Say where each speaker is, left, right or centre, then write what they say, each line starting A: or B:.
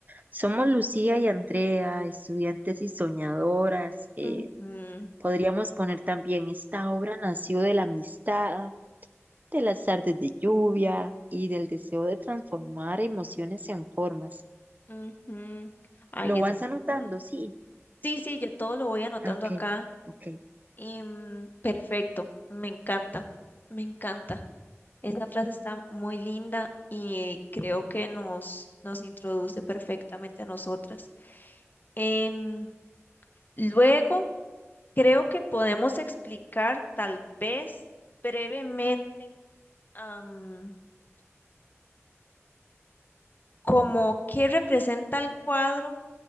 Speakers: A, on the right; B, on the left.
A: Somos Lucía y Andrea, estudiantes y soñadoras. eh,
B: Ujú,
A: podríamos poner también, esta obra nació de la amistad, de las tardes de lluvia y del deseo de transformar emociones en formas.
B: ujú. Ay,
A: ¿Lo
B: ese
A: vas
B: es-
A: anotando?
B: sí.
A: Sí.
B: Sí, sí, yo todo lo voy anotando
A: Ah, Ok,
B: acá.
A: ok,
B: Y, mm, perfecto, me encanta, me encanta. Esa frase está muy linda y creo que nos, nos introduce perfectamente a nosotras. Em, luego. Creo que podemos explicar tal vez brevemente am, como qué representa el cuadro,